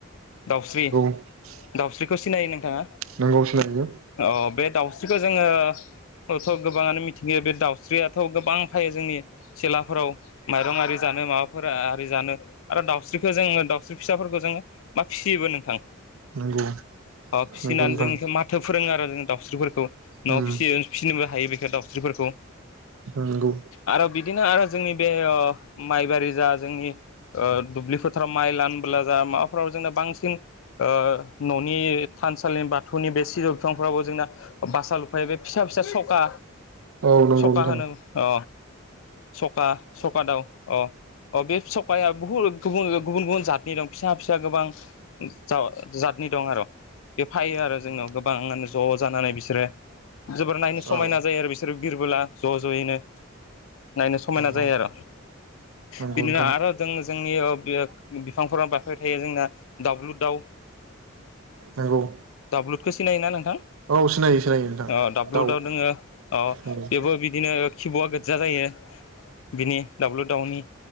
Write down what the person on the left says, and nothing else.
दाउस्रि
दाउस्रिखौ सिनायो नोंथाङा
अ बे दाउस्रिखौ जोङो थ' गोबाङानो मिथियो बे दाउस्रियाथ' गोबां फायो जोंनि सेलाफोराव माइरं आरि जानो माबाफोर आरि जानो आरो दाउस्रिखौ जोङो दाउस्रि फिसाफोरखौ जोङो मा फिसिबो नोंथां।
अ फिसिनानै
जों इखो माथो फोरोङो आरो जों दाउस्रिफोरखौ।
न'आव फिसि फिसिनोबो हायो बेखौ दाउस्रिफोरखौ।
आरो बिदिनो आरो जोंनि बे अ माइबारि जा जोंनि ओ दुब्लि फोथाराव माइ लानबोला जा माबाफ्राव जोंना बांसिन औ न'नि थानसालिनि बाथौनि बे सिजौ बिफांफ्रावबो जोंना बासा लुफायो बे फिसा-फिसा सखा
सखा
होनो अ सखा सखा दाउ अ अ बे सखाया बहुत गुबुन गुबुन गुबुन जातनि दं फिसा-फिसा गोबां जाव-जादनि दं आरो बे फायो
आरो जोंनियाव गोबां मे ज' जानानै बिसोरो। जोबोर नायनो समायना
जायो आरो बिसोरो बिरबोला ज' ज'यैनो। नायनो समायना
जाय आर'
बिदिनो
आरो जों जोंनि ओ बि-बिफांफोरा बाफायबाय थायो जोंना दाउरलु दाउ।
दाउब्लुदखौ सिनायोना नोंथां
ओ दाउब्लुदआव
दोङो अ
बेबो बिदिनो खिब'आ गोजा जायो बिनि दाब्लु दाउनि